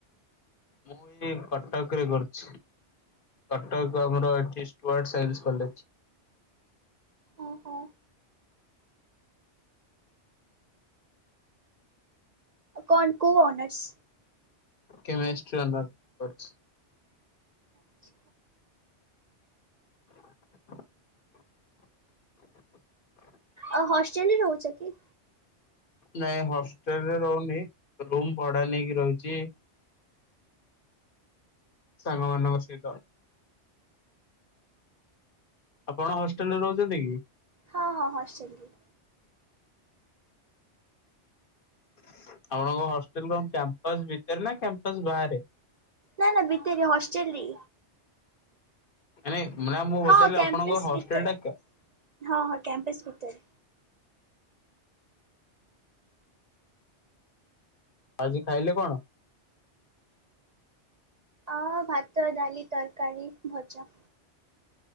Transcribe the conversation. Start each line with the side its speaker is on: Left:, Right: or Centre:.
Left: ମୁଁ ଏଇ କଟକରେ କରୁଛି। କଟକ ଆମର ଏଠି ଷ୍ଟୁାର୍ଡ ସାଇନ୍ସି କଲେଜ୍।
Right: ଓ ହୋ। କଣ କୋଉ ଅନରସ୍?
Left: କେମେଷ୍ଟ୍ରି ଅନରସ୍ କରିଛି।
Right: ଆଚ୍ଛା।
Left: <unintelligible> ହ
Right: ଆଉ ହଷ୍ଟେଲ ନଉଛ କି?
Left: ନାଇଁ ହଷ୍ଟେଲ ରେ ରହୁନି ରୁମ୍ ଭଡ଼ା ନେଇକି ରହୁଛି। ସାଙ୍ଗମାନଙ୍କ‌ ସହିତ। ଆପଣ ହଷ୍ଟେଲ୍ ରେ ରହୁଛନ୍ତି କି?
Right: ହଁ ହଁ ହଷ୍ଟେଲ ରେ।
Left: ଆପଣଙ୍କ ହଷ୍ଟେଲ୍ କଣ କ୍ୟାମ୍ପସ ଭିତରେ ନା କ୍ୟାମ୍ପସ ବାହାରେ?
Right: ନା ନା ଭିତରେ ହଷ୍ଟେଲ ରେ।
Left: ନାଇଁ ମାନେ ମୁଁ ପଚାରିଲି
Right: ହଁ କ୍ୟାମ୍ପସ
Left: ଆପଣଙ୍କ ହଷ୍ଟେଲ
Right: ଭିତରେ
Left: ଟା
Right: ହଁ ହଁ କ୍ୟାମ୍ପସ୍ ଭିତରେ।
Left: ଆଜି ଖାଇଲେ କଣ?
Right: ଅ ଭାତ, ଡ଼ାଲି, ତରକାରୀ, ଭଜା।